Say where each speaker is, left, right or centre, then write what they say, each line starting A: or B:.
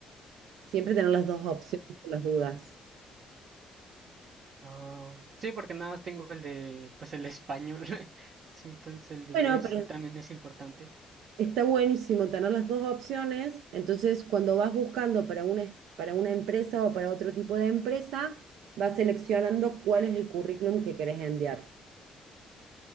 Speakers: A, on the right; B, on the right.
A: Siempre tener las dos opciones por las dudas.
B: Ah, sí, porque nada más tengo el de, pues el español. <laughs> Sí, entonces el de
A: Bueno,
B: inglés
A: pero
B: sí también es importante.
A: Está buenísimo tener las dos opciones, entonces cuando vas buscando para una, es- para una empresa o para otro tipo de empresa, vas seleccionando cuál es el currículum que querés enviar.